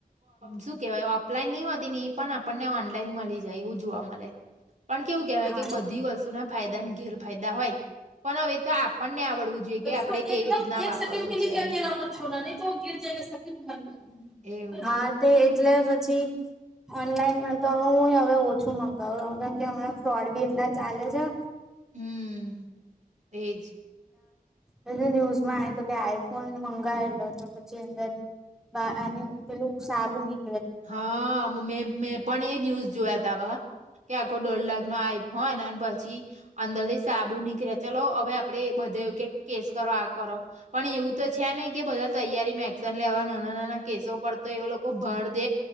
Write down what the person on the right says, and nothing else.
શું કેહેવાય ઓફલાઈન નહી હોતી ને એ પણ આપણને ઓન લાઇન મલી જાય એવું જોવા મળે પણ કેવું કહેવાય
કે બધી વસ્તુ ના ફાયદા ઘેર ફાયદા હોય પણ હવે એતો આપણને આવડવું જોઈએ કે આપણે
કેવી
રીતના
વાપરવું
છે
એમ
એવું
છે.
હમ્મ એજ
હા મે મેં પણ એ ન્યૂઝ જોયા તા <unintelligible> કે આખો દોઢ લાખ નો આયફો હોય ને પછી અંદરથી સાબુ નીકળ્યા ચલો હવે આપડે બધા એવું કે કેસ કરો, આ કરો પણ એવું તો છે નહી કે, બધા તૈયારીમાં એક્શન લેવા નાના નાના કેસો પર તો એવા લોકો ભર દે